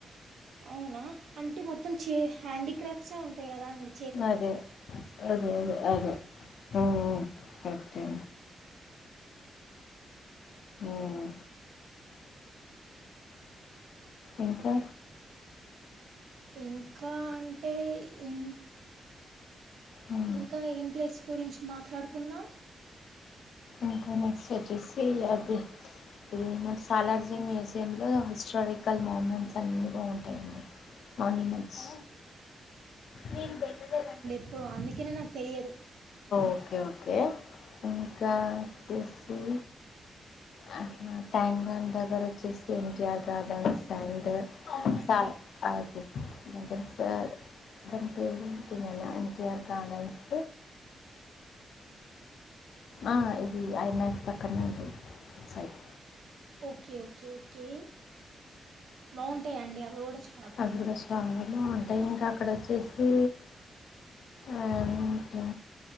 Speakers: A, on the right; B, on the left.
A: అవునా అంటే మొత్తం చే హ్యాండీక్రాఫ్ట్సే ఉంటాయి కదా అండి
B: అదే అదే అదే అదే ఉం ఉ కరెక్టే ఉమ్ ఇంకా
A: ఇంకా అంటే ఇం
B: ఉమ్,
A: ఇంకా ఏం ప్లేస్ గురించి మాట్లాడుకుందాం
B: ఇంకా నెక్స్ట్ వచ్చేసి అది ఇదేమంటర్ సాలార్జుంగ్ మ్యూజియం లో హిస్టారికల్ మూమెంట్స్ అన్నీ బాగుంటాయండి ఆర్నిమెంట్స్ <unintelligible>
A: ఇప్పుడు అందుకనే నాకు తెలియదు.
B: ఓకే ఓకే ఇంకా వచ్చేసి అట్నా ట్యాంక్ బండ్ దగ్గర వచ్చేసి ఎన్టీఆర్ గార్డెన్స్ ఆండ్ సా అది <unintelligible> సార్ దాని పేరు పెట్టిందే ఎన్ టి అర్ గార్డెన్స్ ఆ ఇది ఐ మ్యాక్స్ పక్కన్నే ఉంటది సైట్
A: ఓకే ఓకే ఓకే బాగుంటాయా అండి అవి కూడా చ
B: అది కూడా చాలానే ఉంటాయి ఇంకా అక్కడ వచ్చేసి అంటే